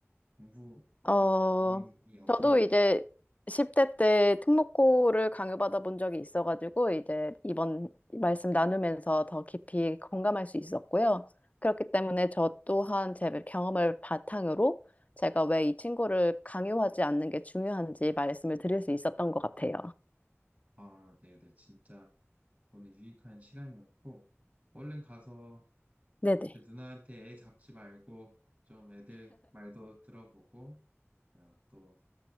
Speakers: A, on the right; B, on the left.
A: 공부에
B: 어,
A: 대한 고민이 어떤
B: 저도
A: 게 있나요?
B: 이제 10대 때 특목고를 강요받아 본 적이 있어가지고, 이제 이번 말씀 나누면서 더 깊이 공감할 수 있었고요. 그렇기 때문에 저 또한 제 경험을 바탕으로 제가 왜 이 친구를 강요하지 않는 게 중요한지 말씀을 드릴 수 있었던 것 같아요.
A: 아, 네네. 진짜 오늘 유익한 시간이었고, 얼른 가서
B: 네네.
A: 제 누나한테 애 잡지 말고, 좀 애들 말도 들어보고, 어, 또